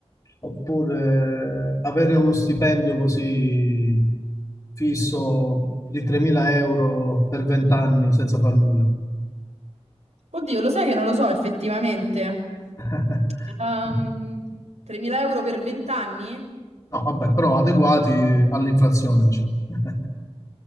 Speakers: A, on the left (about 30°); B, on the right (about 85°).
A: oppure avere uno stipendio così fisso di 3.000 euro per 20 anni senza far nulla?
B: Oddio, lo sai che non lo so effettivamente.
A: <laughs>
B: Ehm, 3.000 euro per 20 anni?
A: No, vabbè, però adeguati all'inflazione, diciamo. <laughs>